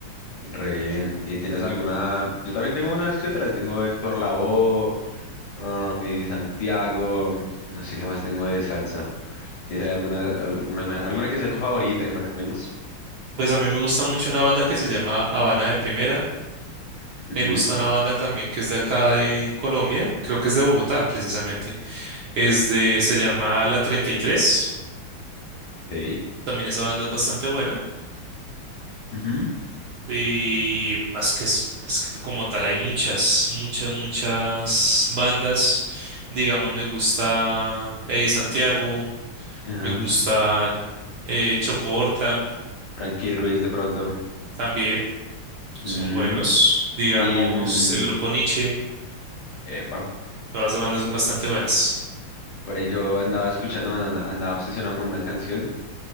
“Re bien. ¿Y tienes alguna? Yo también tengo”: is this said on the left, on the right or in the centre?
Left